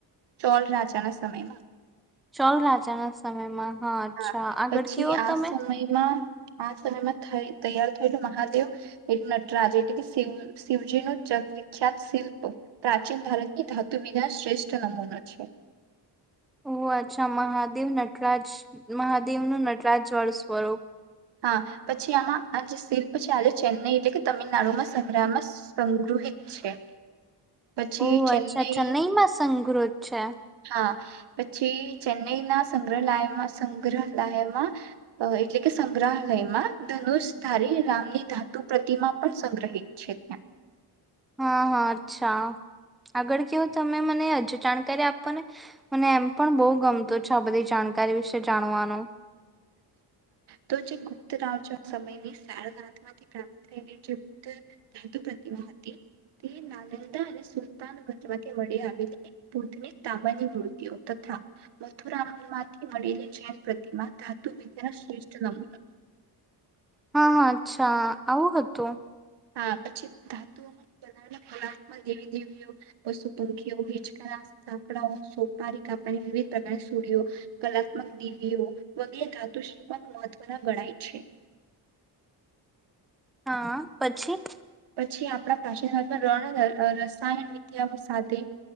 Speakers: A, on the right (about 75°); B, in the centre.
A: ચોલ રાજાના સમયમાં.
B: ચૌલ રાજાના સમયમાં. અચ્છા
A: હા
B: આગળ
A: પછી
B: કેવો
A: આ
B: તમે
A: સમયમાં આ સમયમાં થ તૈયાર થયેલું મહાદેવ એક નટરાજ એટલે કે શિવ શિવજી ન જગવખ્યાત શિલ્પ પ્રાચીન ભારતની ધાતુ વિિદ શ્રેષ્ઠ નમૂનો છે
B: ઓહ અચ્છા મહાદેવ નટરાજ મહાદેવ નું નટરાજ વાળ કર
A: હા પછી આમાં આ જે શિલ્પ છે આજે ચેન્નઈ એટલે કે તમિલનાડુમાં સંગ્રામમાં સંગ્રહિત છે પછી
B: ઓહ
A: ચેન્નઈ
B: અચ્છા અચ્છા નહીમાં સંગ્રત અચ્છા
A: હા પછી ચેન્નઈના સંગ્રહાલયમાં સંગ્રહાલયમાં એટલે કે સંગ્રહાલયમાં ધનુષ ધારી રામની ધાતુ પ્રતિમા પણ સંગ્રહિત છે ત્યાં
B: હા હા અચ્છા આગળ કયોો તમે મને હજ જાણકારી આપોને મને એમ પણ બહુ ગમતું છેો આ બધી જાણકારી વિશે જાણવાનો
A: તો જે ગુપ્તરાવ સમયની સારનાથમાંથી પ્રાપ્ત થયેલી જે ગ્ત ધાતુ પ્રતિમા હતી તે નાલંદા અને સુલતાન ભવા વી આવેલી બુધની તાંબાની મૂર્તિઓ તથા મથુરામ માંથી મળેલી જૈન પ્રતિમા ધાતુ વિચાર શ્રેષ નમ
B: હા હા અચ્છા આવું હતું
A: હા પછી ધાતુઓમાંથી બવે કલાત્મક દેવી દેવીઓ પશુ પંખીઓ હેચકાલા સાકડાઓ સોપારી કાપાની વિવિધ પ્રકારની સુૂળઓ કલાત્મક દેવીઓ વગેરે ધાતુ શ્રી પણ મહત્વના ગણાય છે
B: હા પછી
A: પછી આપણા પ્રાચીનર્ગ રણ રસાયણ વિદ્યા સાથે